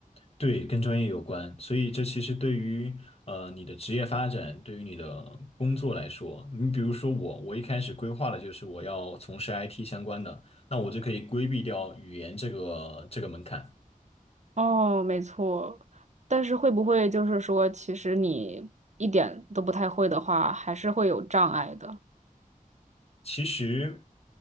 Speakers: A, on the left (about 45°); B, on the right (about 55°).
A: 对，跟专业有关，所以这其实对于呃你的职业发展，对于你的工作来说，你比如说我，我一开始规划的就是我要从事 IT 相关的，那我就可以规避掉语言这个这个门槛。
B: 哦，没错。但是会不会就是说，其实你一点都不太会的话，还是会有障碍的？
A: 其实，